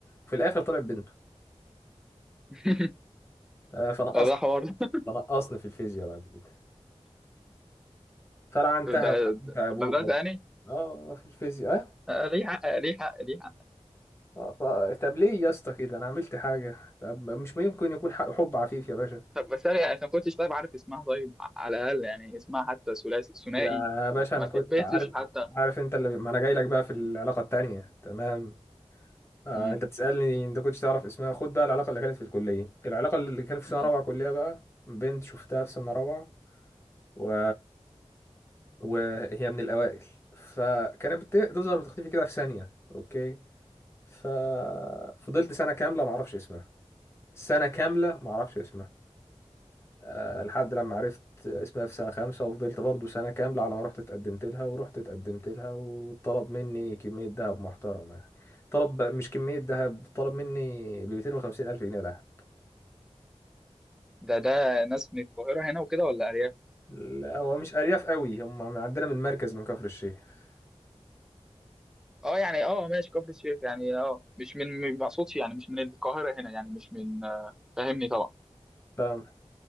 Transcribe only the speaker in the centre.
<laughs>
لا ده حوار ده
ده-
في المدرسه يعني
آه، ليه حق ليه حق ليه حق
طب بس انا يعني أنا ما كنتش طيب عارف اسمها طيب على الاقل يعني اسمها حتى ثلاثي ثنائي
ما
شبهتش
حتى
مم.
مم.
ده ده ناس من القاهره هنا وكده ولا ارياف
اه يعني اه ماشي كفر الشيخ يعني اه مش من ما اقصدش يعني مش من القاهره هنا يعني مش من آه، فاهمني طبعا